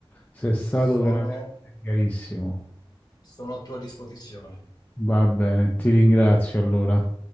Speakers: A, on the left; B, on the left.
A: Sei stato
B: sono
A: veramente chiarissimo.
B: sono a tua disposizione.
A: Va bene, ti ringrazio allora.